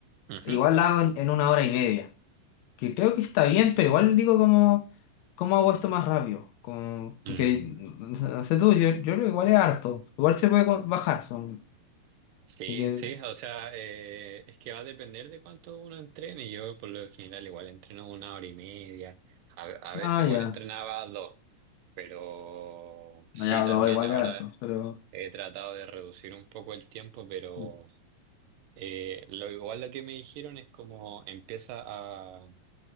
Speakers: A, on the right; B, on the left.
A: Ujú.
B: igual la hago en en una hora y media. que creo que está bien, pero igual digo como, ¿cómo hago esto más rápido? Como, porque,
A: Mm,
B: no no sé tú, yo, yo creo que igual es harto. Igual se puede co- bajar, son.
A: Sí,
B: Porque,
A: sí, o sea, eh, es que va a depender de cuánto uno entrene. Yo por lo general igual entreno una hora y media, a, a veces
B: ah,
A: igual
B: ya,
A: entrenaba dos, pero sí,
B: no, ya,
A: también
B: no, igual
A: ahora
B: es harto, pero...
A: He tratado de reducir un poco el tiempo, pero
B: mm,
A: eh, lo igual lo que me dijeron es como empieza a,